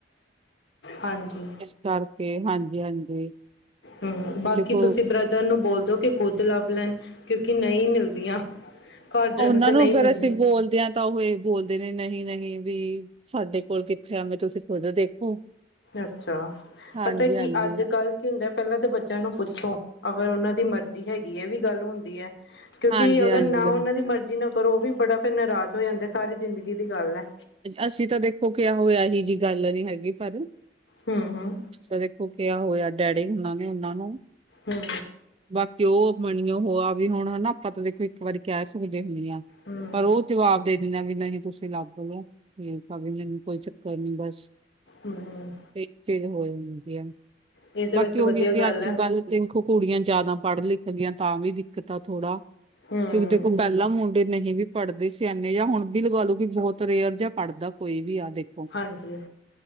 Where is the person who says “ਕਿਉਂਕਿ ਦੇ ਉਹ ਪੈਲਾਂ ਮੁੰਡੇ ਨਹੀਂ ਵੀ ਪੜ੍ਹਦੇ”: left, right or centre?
Right